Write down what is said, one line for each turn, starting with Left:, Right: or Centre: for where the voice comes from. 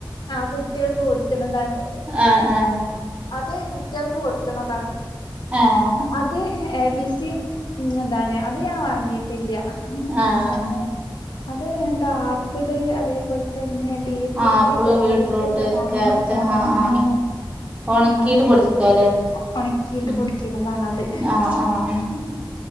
Left: ആഹ് കുട്ടികൾക്കുകൊടുക്കുന്നതാണ്
Right: ആഹ് ആഹ്
Left: അത് കുട്ടികൾക്കു കൊടുക്കുന്നതാണ്
Right: ആഹ്
Left: അത് എ. ബി. സി യും ഇതാണതുഞാൻ വാങ്ങിയിട്ടില്ല ഉം
Right: ആഹ്
Left: എന്താണ് അത് എന്താ ആപ്പിള് അതേപോലെ തന്നെ ബീട്രൂട്ട്,
Right: ആപ്പിള്
Left: കാരറ്റ്
Right: ബീട്രൂട്ട്
Left: ഒക്കെ കാണണം
Right: ക്യാരറ്റ്
Left: ഉണങ്ങണേ
Right: ആ ആ ഒണക്കീട്ട്
Left: അങ്ങനെ
Right: പൊടിക്കാല്ലേ
Left: ഉണക്കിയിട്ട്
Right: ഉം
Left: പൊടിക്കുന്നതാണത്
Right: ആഹ് ആഹ്
Left: ഉം..